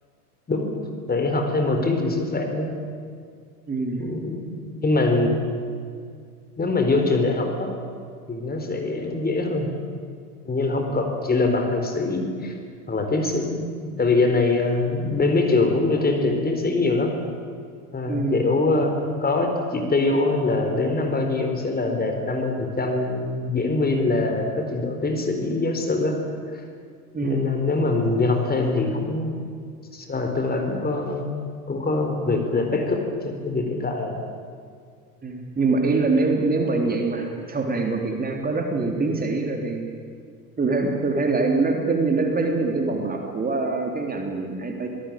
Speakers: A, on the left (about 20°); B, on the right (about 20°).
A: đúng phải học thêm một chứng chỉ sư phạm nữa
B: ừ
A: ừ. nhưng mà nếu mà vô trường đại học á thì nó sẽ dễ hơn Hình như là không
B: ừ
A: cần chỉ là bằng thạc sĩ hoặc là tiến sĩ tại vì giờ này ờ, bên mấy trường cũng ưu tiên tuyển tiến sĩ nhiều lắm À,
B: ừ
A: kiểu ờ, có chỉ tiêu á, là đến năm bao nhiêu sẽ là đạt 50% giảng viên là có trình độ tiến sĩ giáo sư á.
B: ừ
A: Nên là nếu mà mình đi học thêm thì cũng sợ là tương lai cũng có cũng có việc để backup cho cái việc hiện tại rồi.
B: ừ. nhưng mà ý là nếu nếu mà vậy mà <laughs> sau này mà Việt Nam có rất nhiều tiến sĩ rồi thì tôi thấy tôi thấy lại nó giống như nó, nó giống như một cái vòng lặp của ờ, cái ngành IT